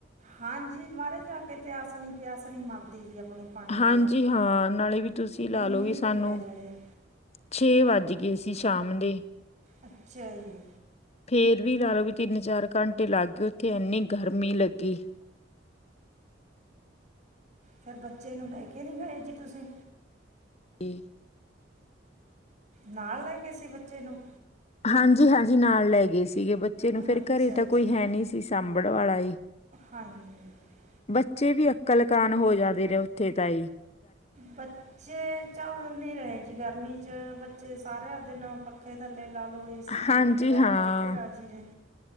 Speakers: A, on the right; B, on the left.
A: ਹਾਂਜੀ ਬਾਹਰ ਜਾ ਕੇ ਤੇਿਆਸ ਨੀ ਪਿਆਸ ਨੀ ਮਰਦੀ ਜੀ ਆਪਣੀ। ਪਾਣੀ ਵਾਲੀ
B: ਹਾਂਜੀ ਹਾਂ ਨਾਲੇ ਵੀ ਤੁਸੀਂ ਲਾ
A: ਕਿੰਨੀ
B: ਲਓ ਵੀ ਸਾਨੂੰ
A: ਪੀ ਲੈ ਜਾਏ
B: ਛੇ ਵੱਜ ਗਏ ਸੀ ਸ਼ਾਮ ਦੇ।
A: ਅੱਛਾ ਜੀ।
B: ਫੇਰ ਵੀ ਲਾ ਲਓ ਵੀ ਤਿੰਨ ਚਾਰ ਘੰਟੇ ਲੱਗ ਗਏ ਉੱਥੇ ਐੰਨੀ ਗਰਮੀ ਲੱਗੀ।
A: ਫੇਰ ਬੱਚੇ ਨੂੰ ਲੈ ਕੇ ਨਹੀਂ ਗਏ ਜੀ ਤੁਸੀਂ?
B: <unintelligible>
A: ਨਾਲ ਲੈ ਗਏ ਸੀ ਬੱਚੇ ਨੂੰ?
B: ਹਾਂਜੀ ਹਾਂਜੀ ਨਾਲ ਲੈ ਗਏ ਸੀਗੇ ਬੱਚੇ ਨੂੰ ਫੇਰ
A: ਅੱਛਾ
B: ਘਰੇ ਤਾਂ
A: ਅੱਛਾ
B: ਕੋਈ ਹੈ ਨਹੀਂ ਸੀ ਸਾਂਬਣ ਵਾਲਾ ਹੀ। <inaudible>
A: ਹਾਂਜੀ।
B: ਬੱਚੇ ਵੀ ਅਕਲਕਾਨ ਹੋ ਜਾਂਦੇ ਰਹੇ ਉੱਥੇ ਤ ਹੀ
A: ਬੱਚੇ ਚੱਲ ਨੀ ਰਹੇ ਜੀ ਗਰਮੀ ਚ ਬੱਚੇ ਸਾਰਿਆਂ ਦਿਨ ਪੱਖੇ ਥੱਲੇ ਲਾ ਲਓ? ਅਸੀਂ ਥੱਲੇ
B: ਹਾਂਜੀ
A: ਬਗੈਰ
B: ਹਾਂ
A: ਰਹਿ ਕੇ ਰਾਜੀ ਨੇ?